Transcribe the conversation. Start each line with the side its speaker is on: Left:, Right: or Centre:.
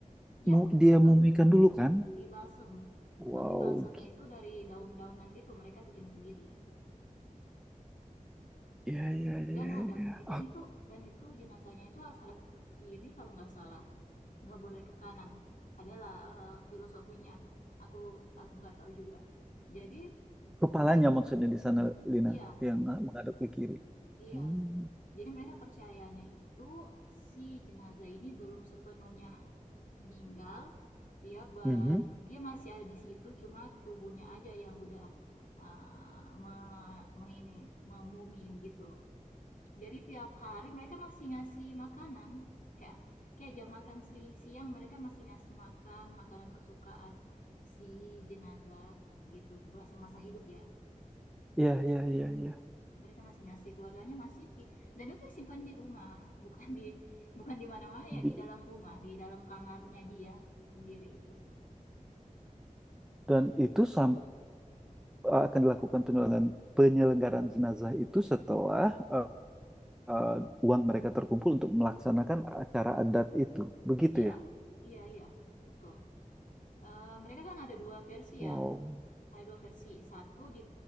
Left: ya
Centre: mu- dia
Left: betul,
Centre: mumikan dulu kan?
Left: di balsem.
Centre: Wow,
Left: Tapi balsemnya itu dari daun-daunan gitu, mereka bikin sendiri.
Centre: Iya, iya, iya,
Left: dan hadap
Centre: iya.
Left: dan itu dan itu jenazahnya itu harus hadap ke kiri kalau nggak salah nggak boleh ke kanan adalah eh, filosofinya aku aku nggak tahu juga jadi
Centre: Kepalanya
Left: mm,
Centre: maksudnya di sana, Lina,
Left: iya
Centre: yang menghadap ke kiri.
Left: iya
Centre: Hmm.
Left: jadi mereka percayanya itu si jenazah ini belum sepenuhnya meninggal dia bar
Centre: Mhm.
Left: dia masih ada di situ cuma tubuhnya aja yang udah eh, me, mengini memumi gitu Jadi tiap hari mereka masih ngasih makanan. Kayak kayak jam makan seri siang mereka masih ngasih makan makanan kesukaan si jenazah gitu sebulan semasa hidup ya
Centre: Iya, iya, iya, iya.
Left: mereka masih ngasih keluarganya masih di, dan itu disimpan di rumah bukan di bukan di mana-mana
Centre: Di-
Left: ya di dalam rumah di dalam kamarnya dia sendiri itu
Centre: Dan itu sam- e, akan dilakukan penyelenggaraan, penyelenggaraan jenazah itu setelah eh, eh, uang mereka terkumpul untuk melaksanakan acara adat itu. Begitu
Left: iya
Centre: ya?
Left: iya iya betul Eh, mereka kan ada dua versi
Centre: Wow.
Left: ya. Ada dua versi. Satu di